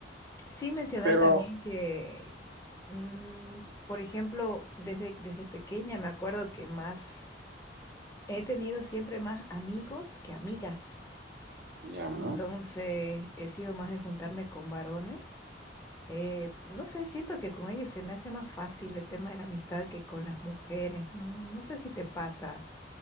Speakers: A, on the left (about 15°); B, on the right (about 80°).
A: Sin mencionar
B: Pero,
A: también que, mm, por ejemplo, desde, desde pequeña me acuerdo que más he tenido siempre más amigos que amigas.
B: ya, ¿no?
A: Entonces he sido más de juntarme con varones. Eh, no sé, siento que con ellos se me hace más fácil el tema de la amistad que con las mujeres. No, no sé si te pasa